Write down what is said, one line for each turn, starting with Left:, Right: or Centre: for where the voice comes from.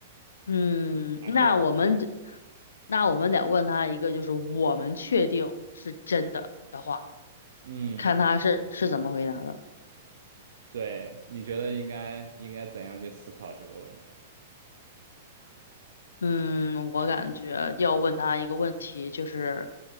Left: 嗯，
Right: 难点。
Left: 那我们得那我们得问他一个，就是我们确定是真的的话，
Right: 嗯，
Left: 看他是是怎么回答的。
Right: 对，你觉得应该应该怎样去思考这个问题？
Left: 嗯，我感觉要问他一个问题，就是